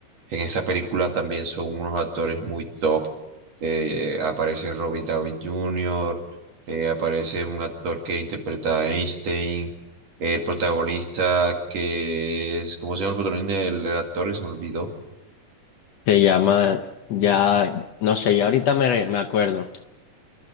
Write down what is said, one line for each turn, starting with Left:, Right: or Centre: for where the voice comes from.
Right: en esa película también son unos actores muy top. Eh, aparece Robert Downey Jr eh, aparece un actor que interpreta a Einstein, el protagonista que es, ¿cómo se llama el protagonista? El, el actor que se me olvidó.
Left: Se llama, ya, no sé, ya ahorita me, me acuerdo.